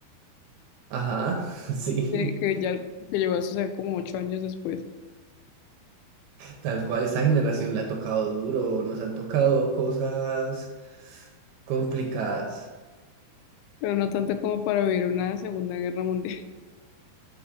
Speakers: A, on the right; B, on the left.
A: Ajá, <laughs> sí.
B: Que, que ya que llegó a suceder como ocho años después,
A: Tal cual, esta generación le ha tocado duro, nos han tocado cosas complicadas.
B: pero no tanto como para vivir una Segunda Guerra Mundial.